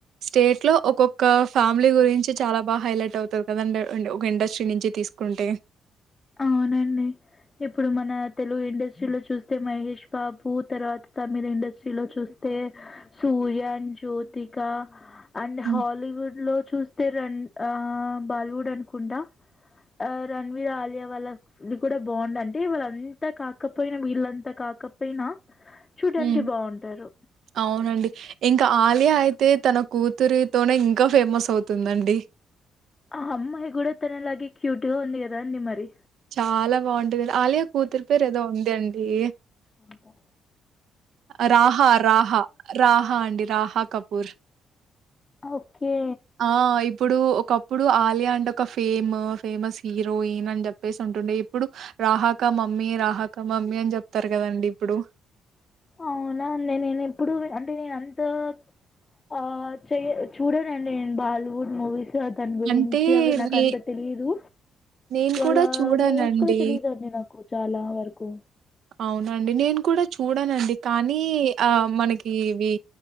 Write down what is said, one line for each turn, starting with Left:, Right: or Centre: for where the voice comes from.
Right: స్టేట్ లో ఒక్కొక్క ఫ్యామిలీ గురించి చాలా బా హైలైట్ అవుతుంది కదండి అండ్ ఒక ఇండస్ట్రీ నుంచి తీస్కుంటే
Left: అవునండి ఇప్పుడు మన తెలుగు ఇండస్ట్రీలో చూస్తే మహేష్ బాబు తర్వాత తమిళ్ ఇండస్ట్రీలో చూస్తే సూర్య అన్డ జ్యోతిక అండ్
Right: హ్మ్.
Left: హాలీవుడ్ లో చూస్తే రన్ ఆ బాలీవుడ్ అనుకుంటా ఆ రణవీర ఆలియా వాళ్ళ ఇది కూడా బావుందండి అంటే వీళ్ళంతా కాకపోయినా వీళ్ళంతా కాకపోయినా చూటానికి
Right: హ్మ్.
Left: బావుంటారు
Right: అవునండి ఇంకా ఆలియా అయితే తన కూతురి తోనే ఇంకా ఫేమస్ అవుతుందండి
Left: ఆ అమ్మాయి గూడా తనలాగే క్యూట్ గా ఉంది గద అండి మరి
Right: చాలా బాగుంటది ఆలియ కూతురు పేరు ఏదో ఉందండి
Left: అంటా
Right: ఆ రాహా రాహా రాహా అండి రాహా కపూర్
Left: ఓకే
Right: ఆ ఇప్పుడు ఒకప్పుడు ఆలియా అంటే ఒక ఫేమ్ ఫేమస్ హీరోయిన్ అని చెప్పేసి ఉంటుండే ఇప్పుడు రాహాక మమ్మీ రాహాక మమ్మీ అని జెప్తారు గదండి ఇప్పుడు
Left: అవునా అండి నేను ఎప్పుడు అంటే నేన్ అంతా ఆ చెయ చూడంనండి నేను బాలీవుడ్ మూవీస్ ద్ దాని గురించి
Right: అంటే
Left: అవి నాకు
Right: నే
Left: అంత తెలీదు
Right: నేను
Left: వాళ్ళ
Right: కూడా చూడనండి.
Left: నేమ్స్ కూడా తెలియదండి నాకు చాలా వరకు
Right: అవునాండి నేను కూడా చూడానండి కానీ ఆ మనకి ఇవి